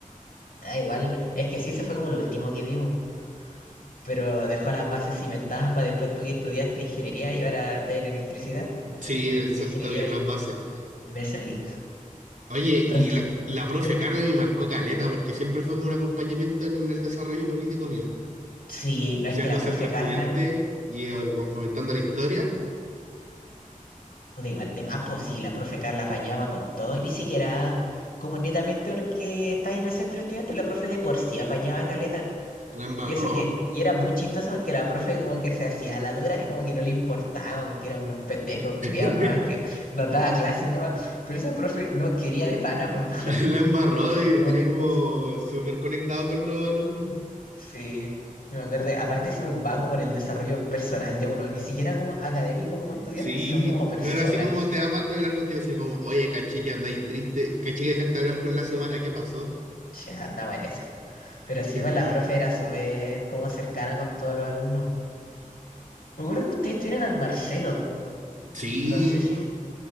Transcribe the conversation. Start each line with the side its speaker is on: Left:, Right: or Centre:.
Left: Ah, igual. Es que sí, eso fue como lo último que vimos. Pero dejó las bases cimentadas para después tú que estudiaste ingeniería y ahora estás en electricidad.
Right: sí,
Left: Yo estudié
Right: sentó
Left: ingeniería
Right: bien
Left: y
Right: las bases.
Left: me salí.
Right: Oye,
Left: Entonces,
Right: y la, la
Left: mm,
Right: profe Carla me marcó caleta porque siempre fue como un acompañamiento en el desarrollo político mío.
Left: sí, no
Right: Siendo
Left: es que la
Right: centro
Left: profe
Right: estudiante
Left: Carla.
Right: y eh, como fomentando la historia,
Left: Puta, Igual, de más, pues si la profe Carla apañaba con todo, y ni siquiera como netamente porque está ahí en el centro estudiante, la profe de por sí apañaba caleta.
Right: la embarró.
Left: Y eso que, y era muy chistoso porque la profe como que se hacía la dura y como que no le importaba, porque eran unos pendejos
Right: <laughs>
Left: criados nomás que nos daba clases nomás, pero esa profe no quería de pana, por mano. <laughs>
Right: La embarró y
Left: Como
Right: tenía
Left: que
Right: como súper conectado con los alumnos.
Left: sí, me acuerdo, aparte se preocupaba como por el desarrollo personal de uno, ni siquiera como académico como estudiante,
Right: Sí,
Left: sino como persona.
Right: no era así como te da mal de hablar contigo, sino como, oye, caché que andáis triste, caché que dejaste de hablar con la Xiomara, ¿qué pasó?
Left: Ya andamos en esa.
Right: <laughs>
Left: Pero sí, igual la profe era súper como cercana con todos los alumnos. Me acuerdo que ustedes tuvieron al Marcelo.
Right: Sí,
Left: No sé si.